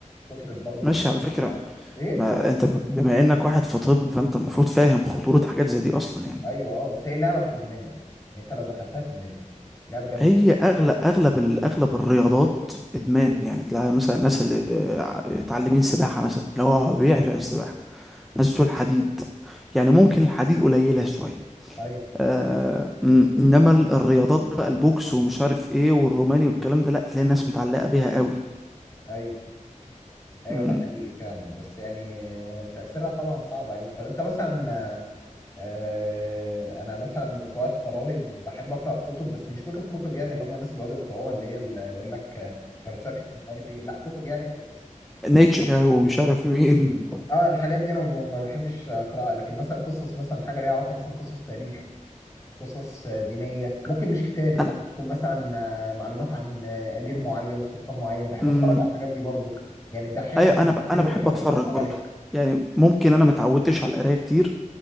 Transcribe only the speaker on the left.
كتر الضرب
في الدماغ
آه. ايه
ايوه اه بس هي لعبه ادمان يعني انت لو دخلتها تدمنها لعبه جامده
ايوه
ايوه ايوه
ده حقيقي فعلا بس يعني آه، تاثيرها طبعا صعب عليك طب انت مثلا آه، انا مثلا في وقت فراغي بحب اقرا كتب بس مش كتب كتب يعني اللي هم الناس اللي بيقعدوا يقراوها اللي هي اللي يقول لك آه، فلسفه مش عارف ايه لا كتب يعني قصص.
اه الحاجات دي انا ما ما بحبش اقراها لكن مثلا قصص مثلا حاجه ليها علاقه مثلا قصص تاريخ قصص آه، دينيه ممكن مش كتاب
ممكن تكون مثلا آه، معلومات عن آه، امير معين سلطان معين بحب
اتفرج على الحاجات دي برضو يعني الدحيح
لما
بيجيب
حاجه
زي كده
بحب اتفرج
عليه